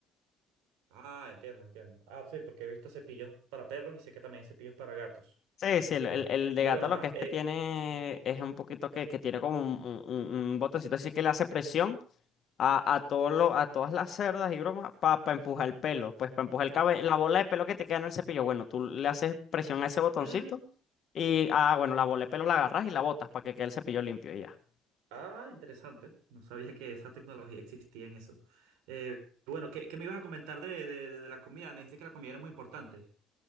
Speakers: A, on the right (about 85°); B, on the left (about 55°).
A: Ah, entiendo, entiendo. Ah, sí, porque he visto cepillos para perros y sé que también hay cepillos para gatos.
B: Sí,
A: Este,
B: sí, el, el, el de
A: pero
B: gato
A: bueno,
B: lo
A: ajá.
B: que es
A: eh,
B: que tiene es un poquito que, que tiene como un, un, un- un botoncito así que le hace presión a, a, todo lo- a todas las cerdas y bromas para empujar el pelo, pues para empujar el cabe- la bola de pelo que te queda en el cepillo. Bueno, tú le haces presión a ese botoncito
A: mm,
B: y, ah, bueno, la bola de pelo la agarras y la botas para que quede el cepillo limpio y ya.
A: Ah, interesante. No sabía que esa tecnología existía en eso. Eh, bueno, ¿qué, qué me ibas a comentar de, de- de la comida? Me dijiste que la comida era muy importante.